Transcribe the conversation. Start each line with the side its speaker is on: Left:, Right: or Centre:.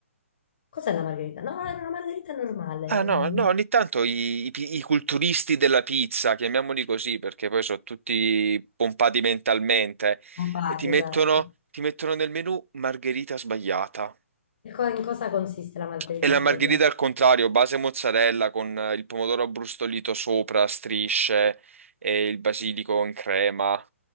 Left: Cos'è la margherita? No, era una margherita normale,
Right: Ah no,
Left: mm,
Right: no, ogni tanto i, i pi- i culturisti della pizza, chiamiamoli così perché poi sono tutti pompati mentalmente,
Left: un patty,
Right: e ti mettono,
Left: esatto.
Right: ti mettono nel menù margherita sbagliata.
Left: E co- in cosa consiste la margherita
Right: E la margherita
Left: sbagliata?
Right: al contrario, base mozzarella con eh, il pomodoro abbrustolito sopra, a strisce e il basilico in crema.